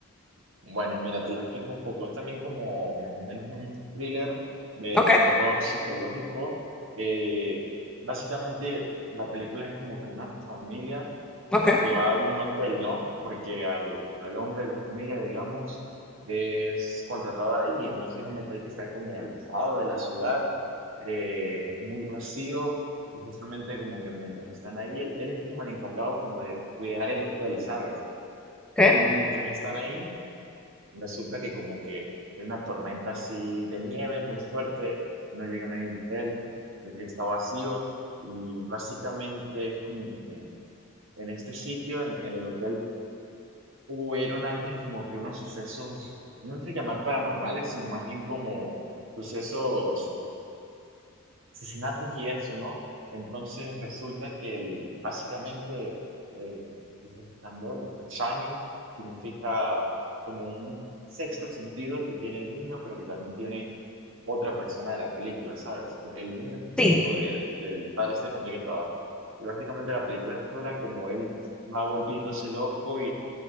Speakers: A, on the right; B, in the centre.
A: Bueno, mira, te la explico un poco. Es también como más o menos un thriller de
B: Okay,
A: terror psicológico. Eh, básicamente, la película es como que una familia
B: okay,
A: se va a un hotel, ¿no? Porque al, al hombre de la familia, digamos, es contratado ahí, entonces es un hotel que está como alejado de la ciudad, eh, muy vacío, y justamente como que mientras están ahí, él, él es como el encargado como de cuidar el hotel, ¿sabes?
B: okay.
A: Y mientras están ahí, resulta que como que hay una tormenta así de nieve muy fuerte, no llega nadie al hotel, eh, está vacío, y básicamente es como que en este sitio, en, en el hotel, Hubieron antes como que unos sucesos, no sé si llamar paranormales, sino más bien como sucesos, asesinatos y eso, ¿no? Entonces resulta que el, básicamente eh, el resplandor, el shining, significa como un sexto sentido que tiene el niño, pero que también tiene otra persona de la película, ¿sabes? Un- El niño que es
B: Sí,
A: hijo del, del padre de esta familia que trabaja. Y básicamente la película explora como él va volviéndose loco